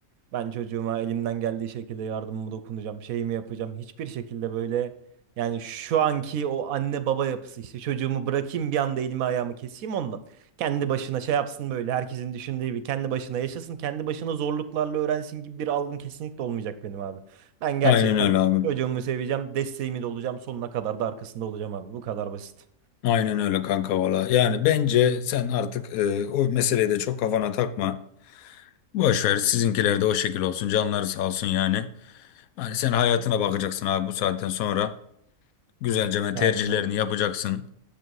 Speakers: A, on the right; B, on the left.
A: ben çocuğuma elimden geldiği şekilde yardımımı dokunacağım, şeyimi yapacağım. Hiçbir şekilde böyle yani şu anki o anne baba yapısı işte çocuğumu bırakayım bir anda elimi ayağımı keseyim ondan. Kendi başına şey yapsın böyle herkesin düşündüğü gibi kendi başına yaşasın, kendi başına zorluklarla öğrensin gibi bir algım kesinlikle olmayacak benim abi. Ben gerçekten
B: Aynen öyle abim.
A: çocuğumu seveceğim, desteğimi de olacağım, sonuna kadar da arkasında olacağım abi. Bu kadar basit.
B: Aynen öyle kanka valla. Yani bence sen artık e, o meseleyi de çok kafana takma. Boş ver sizinkiler de o şekil olsun. Canları sağ olsun yani. Hani sen hayatına bakacaksın abi bu saatten sonra. Güzelce ben
A: Aynen
B: tercihlerini
A: öyle.
B: yapacaksın.